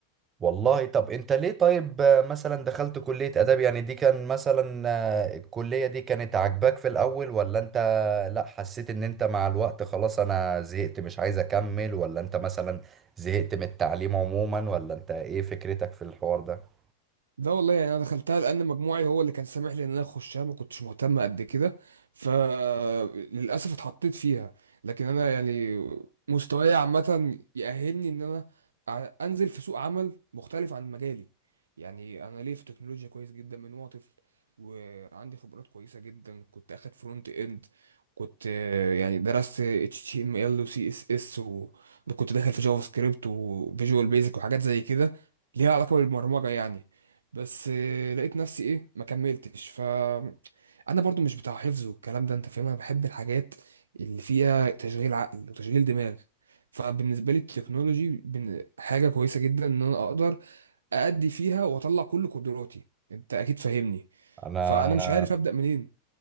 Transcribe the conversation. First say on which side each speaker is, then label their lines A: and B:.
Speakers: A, on the right; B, on the right.
A: والله طب انت ليه طيب آه، مثلا دخلت كلية آداب يعني دي كان مثلا آه، الكلية دي كانت عاجباك في الأول ولا انت لا حسيت ان انت مع الوقت خلاص انا زهقت مش عايز اكمل ولا انت مثلا زهقت من التعليم عموما ولا انت ايه فكرتك في الحوار ده
B: ده والله يعني انا دخلتها لان مجموعي هو اللي كان سامح لي ان انا اخشها ما كنتش مهتم قد كده فللاسف اتحطيت فيها لكن انا يعني مستواي عامه يأهلني ان انا أع- انزل في سوق عمل مختلف عن مجالي يعني انا ليه في تكنولوجيا كويس جدا من وانا طفل وعندي خبرات كويسه جدا كنت اخد فرونت اند كنت آه، يعني درست اتش تي ام ال وسي اس اس وكنت داخل في جافا سكريبت وفيجوال بيزك وحاجات زي كده ليها علاقه بالبرمجه يعني بس آه، لقيت نفسي ايه ما كملتش ف انا برضو مش بتاع حفظ والكلام ده انت فاهم انا بحب الحاجات اللي فيها تشغيل عقل وتشغيل دماغ فبالنسبه لي التكنولوجي بن- حاجه كويسه جدا ان انا اقدر ادي فيها واطلع كل قدراتي انت اكيد فاهمني
A: انا
B: فانا مش عارف ابدا منين